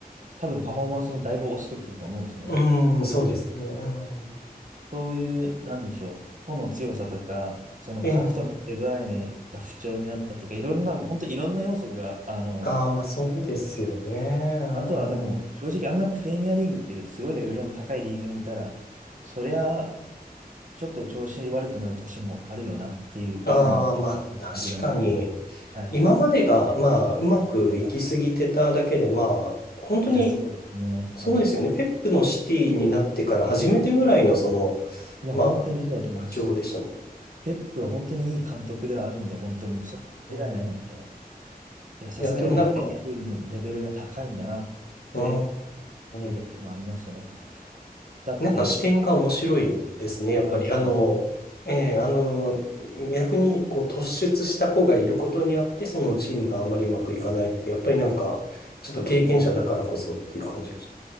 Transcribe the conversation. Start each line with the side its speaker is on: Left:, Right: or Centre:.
Right: 多分パフォーマンスもだいぶ落ちてきてると思うんですね。
Left: うーん、そうですね。うん
Right: そういう、なんでしょう。個の強さとか、その核とのデブライネが不調になったとか、
Left: ええ
Right: いろんなもう、本当いろんな要素が、あの、
Left: ああ、まあそうですよね。ああ、
Right: あとはでも、正直あんなプレミアリーグっていうすごいレベルの高いリーグにいたら、そりゃ、ちょっと調子悪くなる年もあるよなっていういうのも、
Left: ああまあ確かに。
Right: もちろんですね。はい。
Left: 今までが、まあうまくいきすぎてただけで、まあ本当に
Right: いや、そうですね。
Left: そうですよね。
Right: はい。
Left: ペップのシティになってから初めてぐらいのその、
Right: いや、本当にそうだと思います。
Left: まあ不調でしたも
Right: ペップは本当にいい監督ではあるんで、
Left: ん。
Right: 本当に、それは間違いないので、
Left: うーん。
Right: いや、さすがにやっぱプレミアリーグのレベルが高いんだなって、
Left: いや、でもなんか、うー
Right: でもありましたね。
Left: ん。
Right: だって、
Left: なんか視点が面白いんですね、やっぱり。
Right: あ、そうですね。
Left: あの、えーあの、逆にこう突出した子がいることによって、そのチームがあんまりうまくいかないって、やっぱりなんか、ちょっと経験者だからこそっていう感じがし
Right: いや